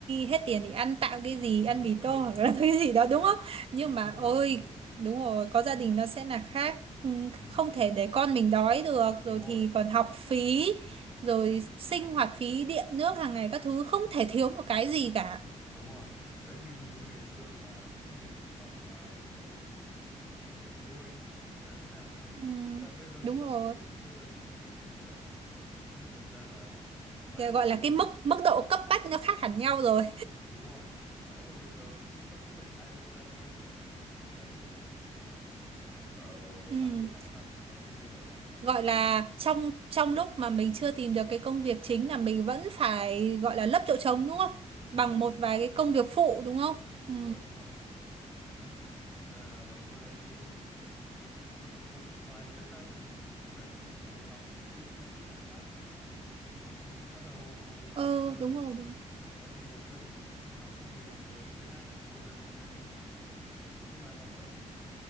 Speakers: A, on the right (about 50°); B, in the centre.
A: hết tiền thì ăn tạm cái gì,
B: <laughs> Ừ,
A: ăn mì tôm hoặc
B: đúng rồi
A: là <laughs> cái gì đó,
B: đấy
A: đúng không? Nhưng
B: thì
A: mà
B: cũng là
A: ôi,
B: đúng rồi
A: đúng rồi, có gia đình nó sẽ là khác, Ừ,
B: Ừ,
A: không thể để con mình đói được,
B: đúng
A: rồi
B: rồi
A: thì còn học phí, rồi sinh hoạt phí, điện nước hàng ngày các thứ, không thể thiếu một cái gì cả.
B: đúng, đúng rồi đấy chứ như ngày xưa mà thất nghiệp thì còn là về bố mẹ nuôi hay là thế nào đấy
A: Ừ,
B: <laughs> là bây giờ
A: đúng
B: thì đâu
A: rồi.
B: có thể bây giờ thì không thể như thế được đấy thế là thành ra là cũng phải
A: Cái gọi
B: xây
A: là
B: dựng
A: cái mức mức độ cấp bách nó khác hẳn nhau rồi
B: đúng rồi đấy thì bây giờ cũng vẫn cứ phải nai lưng ra thôi vẫn phải cố gắng để ờ,
A: ừ.
B: hoàn thiện bản thân đấy thì bây giờ là
A: gọi
B: vừa
A: là
B: học
A: trong trong lúc mà mình chưa tìm được cái công việc chính là mình vẫn phải gọi là lấp chỗ trống đúng không
B: đúng
A: bằng
B: rồi
A: một
B: phải là
A: vài cái công việc phụ đúng không
B: <laughs> đúng
A: ừ.
B: rồi đúng rồi đấy Ờ, ngồi đây thì thôi mình cũng ngoài đấy ra thì mình cũng cố gắng để có thể học thêm những cái kỹ năng khác đấy, mình cũng bắt đầu
A: ừ
B: thực ra là
A: đúng rồi đúng
B: nói thì ngày xưa thì mình cũng học không hề kém tiếng Anh thì bây giờ mình thấy là mình nhưng mà nó vẫn